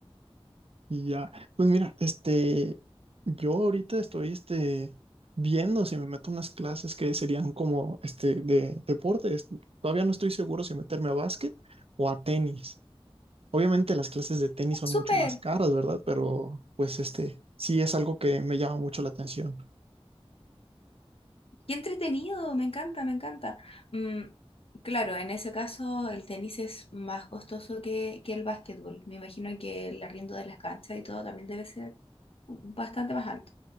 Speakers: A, on the right; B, on the left.
A: Y ya, pues mira, este, yo ahorita estoy, este, viendo si me meto a unas clases que serían como, este, de deportes. Todavía no estoy seguro si meterme a básquet o a tenis. Obviamente las clases de tenis son mucho
B: Súper,
A: más caras, ¿verdad? Pero, pues, este, sí es algo que me llama mucho la atención.
B: qué entretenido, me encanta, me encanta. Mm, claro, en ese caso el tenis es más costoso que, que el básquetbol. Me imagino que el arriendo de las canchas y todo también debe ser bastante más alto.